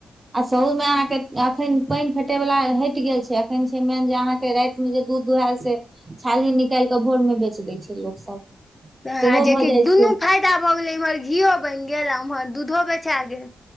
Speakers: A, on the right (about 25°); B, on the left (about 20°).
A: आ सहू में अहाँ के अखन पानि फेटे वाला हट गेल छै। अखन छै। मेन जे अहाँ के रायत <unintelligible> दूध दुहायल से छाली निकाल कऽ भोर मे बेच दै छै लोक सब सेहो
B: आ जेकि
A: भऽ जाइ
B: दुनू
A: छै
B: फायदा भऽ गेलै इम्हर घीओ बनि गेल आ उम्हर दूधो बेचा गेल